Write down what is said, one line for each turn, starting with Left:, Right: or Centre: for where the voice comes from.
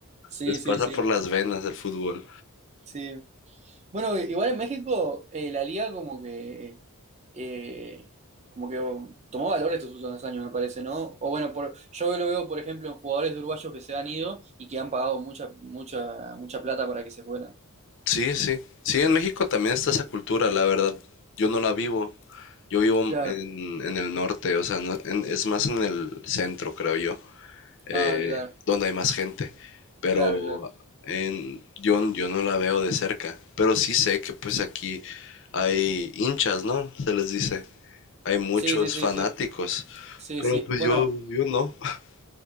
Right: Sí,
Left: Les pasa
Right: sí, sí.
Left: por las venas el fútbol.
Right: Sí. Bueno, igual en México eh, la liga como que eh, como que tomó valor estos últimos años, me parece, ¿no? O bueno, por, yo lo veo, por ejemplo, en jugadores uruguayos que se han ido y que han pagado mucha, mucha, mucha plata para que se fueran.
Left: Sí, sí. Sí, en México también está esa cultura, la verdad. Yo no la vivo. Yo vivo
Right: Claro.
Left: en, en el norte, o sea, no- en- es más en el centro, creo yo. eh,
Right: Ah, claro,
Left: donde hay más gente. Pero
Right: claro, claro.
Left: en, yo, yo no la veo de cerca. Pero sí sé que pues aquí hay hinchas, ¿no? Se les dice. Hay muchos
Right: Sí, sí, sí,
Left: fanáticos.
Right: sí, sí,
Left: Pero
Right: sí.
Left: pues
Right: Bueno,
Left: yo, yo no. <laughs>